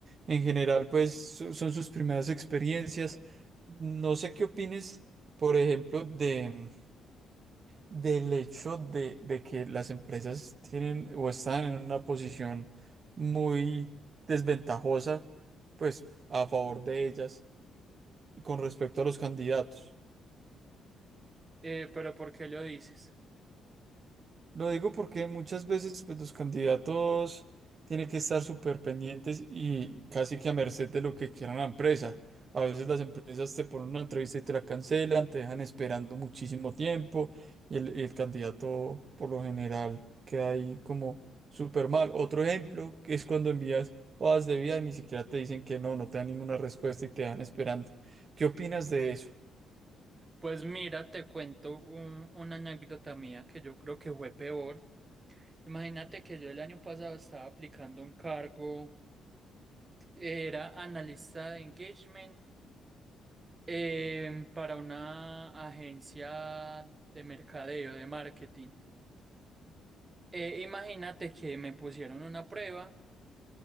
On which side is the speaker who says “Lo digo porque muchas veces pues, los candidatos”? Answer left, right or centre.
Right